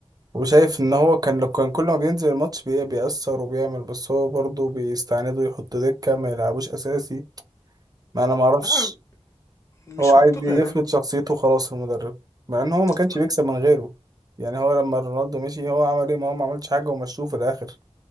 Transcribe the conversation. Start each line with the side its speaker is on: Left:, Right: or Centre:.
Right: وشايف ان هو كان لو كان كل ما بينزل الماتش بي بيأثر وبيعمل بس هو برضه بيستعند يحط دكة ما يلعبوش اساسي ما انا ما اعرفش
Left: لا مش
Right: هو عايز
Left: منطقي
Right: يفرض
Left: يعني انت-
Right: شخصيته خلاص المدرب مع ان هو ما كانش
Left: ما-
Right: بيكسب من غيره يعني هو لما رونالدو مشي هو عمل ايه ما هو ما عملش حاجة ومشوه في الاخر